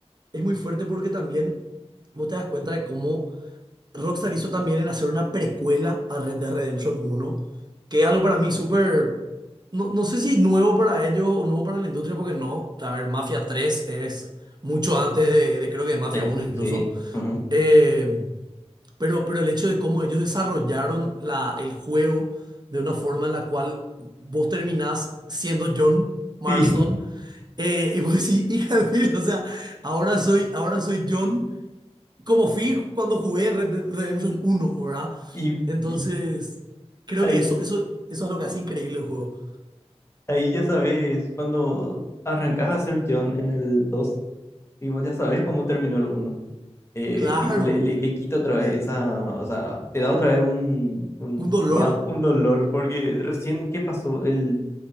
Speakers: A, on the right (about 40°); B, on the left (about 25°).
A: es muy fuerte porque también vos te das cuenta de cómo. Rockstar hizo también en hacer una precuela a Red Dead Redemption uno, que es algo para mí súper, no, no sé si nuevo para ellos o nuevo para la industria, porque no, a ver, Mafia tres es mucho antes de, de creo que de Mafia
B: Eh,
A: uno incluso,
B: Sí, ujú.
A: Eh, pero, pero el hecho de cómo ellos desarrollaron la, el juego de una forma en la cual vos terminás siendo John Marston,
B: Sí,
A: eh, y vos decís, hija de mil, o sea, ahora soy, ahora soy John como fui cuando jugué Red Dead Redemption uno, ¿verdad?
B: y,
A: Entonces,
B: y
A: creo
B: ahí,
A: que eso, eso, eso es lo que hace increíble el juego.
B: ahí ya sabes, cuando arrancas a ser John en el 2 y vos ya sabes cómo terminó el uno Eh,
A: Claro,
B: tipo, le, le, le quita otra vez esa, o sea, te da otra vez un, un
A: un dolor.
B: bajo, un dolor, porque recién, ¿qué pasó? el